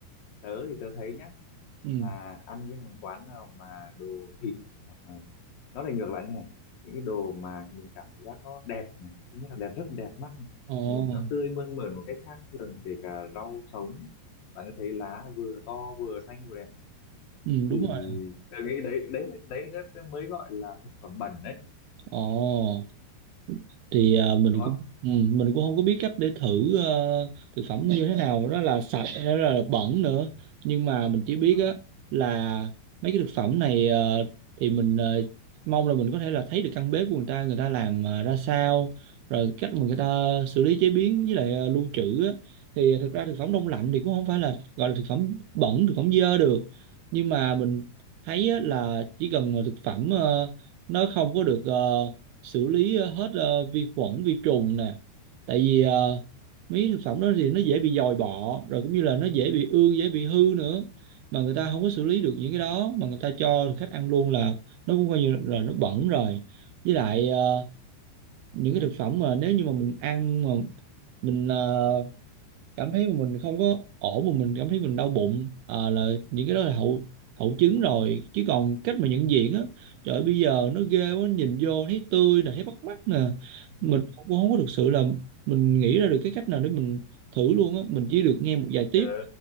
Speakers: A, on the left; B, on the right.
A: tớ thì tớ thấy nhá
B: ừ
A: à, ăn cái hàng quán nào mà đồ thịt hoặc là nó lại ngược lại như này những cái đồ mà mình cảm giác nó đẹp này thứ nhất là đẹp rất đẹp mắt này
B: ồ
A: nhìn nó tươi mơn mởn một cách khác thường kể cả rau sống bạn có thấy lá vừa to vừa xanh vừa đẹp
B: ừ
A: thì
B: đúng rồi
A: tôi nghĩ đấy đấy đấy, đấy mới gọi là thực phẩm bẩn đấy
B: ồ thì ờ, mình
A: đúng
B: cũng
A: không
B: ừ, mình cũng không có biết cách để thử ờ, thực phẩm như thế nào đó là sạch hay đó là bẩn nữa nhưng mà mình chỉ biết
A: Đó.
B: á là mấy cái thực phẩm này ờ, thì mình ờ, mong là mình có thể là thấy được căn bếp của người ta người ta làm ờ, ra sao rồi cách mà người ta xử lý chế biến với lại ờ, lưu trữ á thì thực ra thực phẩm đông lạnh thì cũng không phải là gọi là thực phẩm bẩn thực phẩm dơ được nhưng mà mình thấy á, là chỉ cần mà thực phẩm ờ, nó không có được ờ, xử lý ờ, hết ờ, vi khuẩn vi trùng nè tại vì ờ, mấy thực phẩm đó thì nó dễ bị dòi bọ rồi cũng như là nó dễ bị ương dễ bị hư nữa mà người ta không có xử lý được những cái đó mà người ta cho khách ăn luôn là nó cũng coi như là nó bẩn rồi với lại ờ, những cái thực phẩm mà nếu như mà mình ăn mà mình ờ, cảm thấy mà mình không có ổn mà mình cảm thấy mình đau bụng à, là những cái đó là hậu hậu chứng rồi chứ còn cách mà nhận diện á trời ơi, bây giờ nó ghê quá nhìn vô thấy tươi nè thấy bắt mắt nè
A: <laughs>
B: mình cũng không có thực sự là mình nghĩ ra được cái cách nào để mình thử luôn á mình chỉ được nghe một vài tiếp
A: tớ